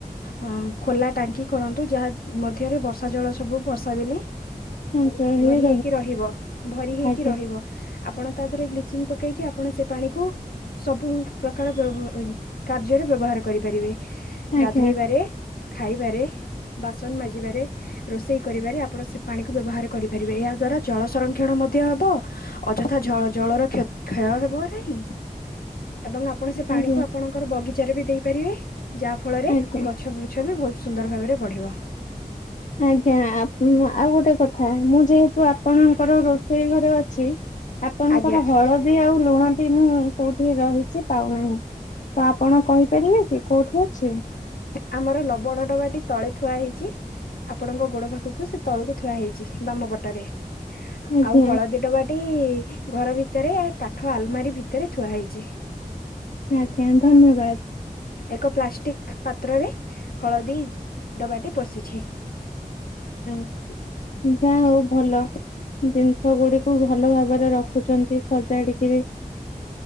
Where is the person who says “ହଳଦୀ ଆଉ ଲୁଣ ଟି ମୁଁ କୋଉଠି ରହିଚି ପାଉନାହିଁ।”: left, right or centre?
Left